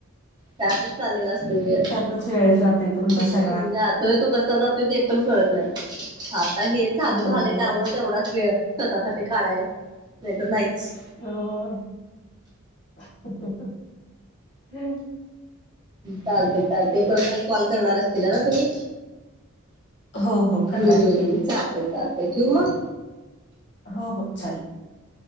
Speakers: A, on the right (about 20°); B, on the left (about 55°).
A: त्यातच चालेला असतो वेळ.
B: त्यातच वेळ जातोय तुमचा
A: हम्म
B: सगळा.
A: तर तो कसा जातोय ते पण कळत नाही. आता हे चालू
B: हो
A: झालंय त्यामुळे तेवढाच वेळ स्वतःसाठी काढायला. नाही तर नाहीच.
B: हो
A: चालतय चालतय परत आणि कॉल करणार असीलाना तुम्ही.
B: हो हो करणार
A: हम्म
B: की
A: चालतय चालतय ठेऊ मग.
B: हो हो चालेल.